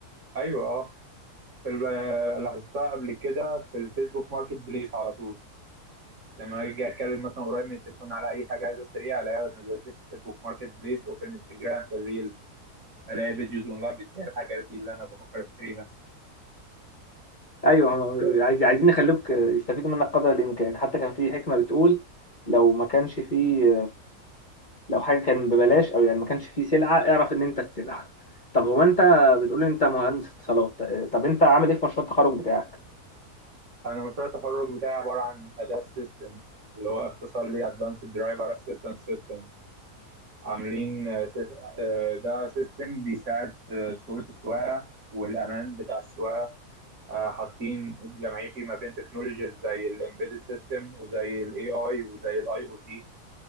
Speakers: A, on the right (about 50°); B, on the left (about 35°).
A: ايوه اه في ال- لاحظتها قبل كده في الفيسبوك ماركت بليس على طول لما اجي اتكلم مثلا قريب من التليفون على اي حاجه عايز اشتريها الاقيها نزلت لي في الفيسبوك ماركت بليس او في الانستجرام في الريلز الاقي فيديوز اونلاين بتبيع الحاجات دي اللي انا بفكر اشتريها
B: ايوه هم
A: بس
B: عايز- عايزين يخلوك يستفيدوا منك قدر الامكان حتى كان في حكمه بتقول لو ما كانش فيه لو حاجه كان ببلاش او يعني ما كانش فيه سلعه اعرف ان انت السلعه طب هو انت بتقول لي انت مهندس اتصالات طب انت عامل ايه في مشروع التخرج بتاعك
A: انا مشروع التخرج بتاعي عباره عن اداه سيستم اللي هو اختصار لي ادفانسد درايفر اسيستنس سيستم عاملين آه، سيس- آه، ده سيستم بيساعد في صورة السواقة والأمان بتاع السواقة آه، حاطين جمعيه فيه ما بين تكنولوجيز زي الامبيدد سيستم وزي الاي اي وزي الاي او تي